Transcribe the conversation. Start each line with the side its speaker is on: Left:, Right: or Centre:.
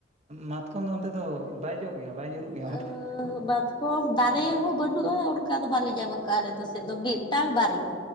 Right: ᱢᱟᱛᱠᱚᱢ ᱫᱚ ᱚᱱᱛᱮ ᱫᱚ ᱵᱟᱭ ᱡᱚᱜ ᱜᱮᱭᱟ? ᱵᱟᱭ ᱧᱩᱨᱩᱜ ᱜᱮᱭᱟ ᱢᱟᱛᱠᱚᱢ
Left: ᱟᱹᱻ ᱵᱟᱛ ᱠᱚ ᱫᱟᱨᱮ ᱦᱚᱸ ᱵᱟᱹᱱᱩᱜᱼᱟ ᱚᱱᱠᱟ ᱫᱚ ᱵᱟᱞᱮ ᱧᱟᱢ ᱟᱠᱟᱟᱜᱼᱟ ᱟᱞᱮ ᱫᱚ ᱥᱮᱫ ᱫᱚ ᱢᱤᱫᱴᱟᱝ, ᱵᱟᱨᱭᱟᱼᱼ